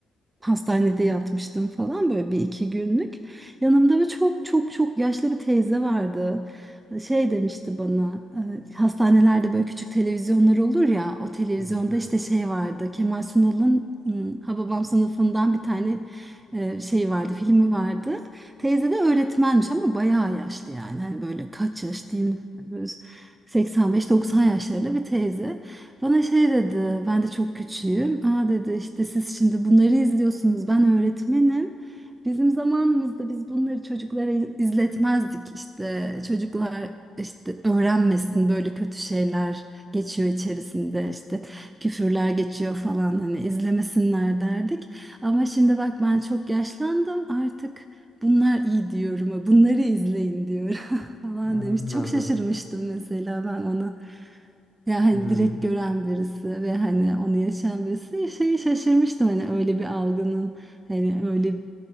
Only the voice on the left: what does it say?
Evet, evet.
Anladım.
Hmm.